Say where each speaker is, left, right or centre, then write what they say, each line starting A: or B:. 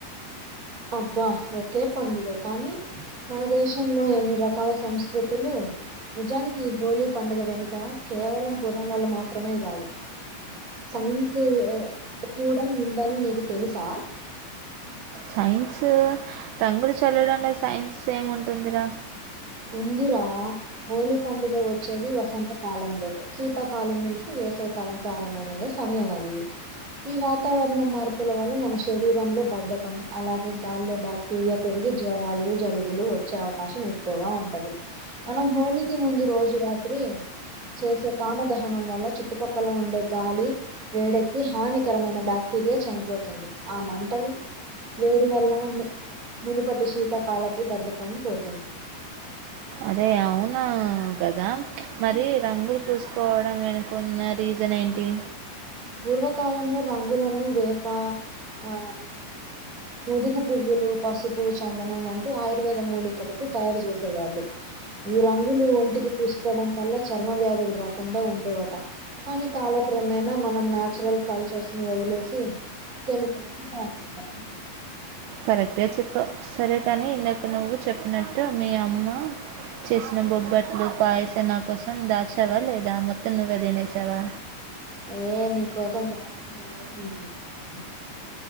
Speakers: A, on the right (about 25°); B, on the right (about 80°).
A: అబ్బా ఒకే పండుగ కానీ. మన దేశంలో ఎన్ని రకాల సంస్కృతులు. నిజానికి హోలీ పండుగ వెనుక కేవలం పురాణాలు మాత్రమే కాదు. సైన్స్ కూడా ఉందని నీకు తెలుసా
B: సైన్స్ రంగులు చల్లడంలో సైన్స్ ఏముంటుందిరా
A: ఉందిరా హోలీ పండుగ వచ్చేది వసంత కాలంలోనే శీతాకాలం ముగిసి వేసవికాలం ప్రారంభమయ్యే సమయం అది ఈ వాతావరణం మార్పుల వల్ల మన శరీరంలో బద్ధకం అలాగే గాల్లో బ్యాక్ క్టీరియా పెరిగి జ్వరాలు జలుబులు వచ్చే అవకాశం ఎ క్కువగా ఉంటది మనం హోలీకి ముందు రోజు రాత్రి చేసే కామ దహనం వల్ల చుట్టుపక్కల ఉండే గాలి వేడెక్కి హానికరమైన బాక్టీరియా చనిపోతుంది ఆ మంటని వేడి వల్ల ము మునుపటి శీతకాలపు బద్ధకం పోతుంది
B: అదే అవునా కదా మరి రంగులు పూసుకోవడం వెనుక కున్న రీజన్ ఏంటి
A: పూర్వకాలంలో రంగులను వేప ఆ ముదుగు పువ్వులు పసుపు చందనం వంటి ఆయుర్వేద మూలికలతో తయారు చేసేవాళ్ళు ఈ రంగులు ఒంటికి పూసుకోవడం వల్ల చర్మ వ్యాధులు రాకుండా ఉండేవాట కానీ కాలక్రమేనా మ నం న్యాచురల్ కల్చర్స్ ను వదిలేసి కెమికల్స్ ను వాడుతున్నం
B: కరెక్టగా చెప్పా సరే కానీ ఇందాక నువ్వు చెప్పినట్టు మీ అమ్మ చేసిన బొబ్బట్లు పాయసం నా కోసం దాచావా లేదా మొత్తం నువ్వే తినేసావా
A: ఏ నీ కోసం దచక <unintelligible>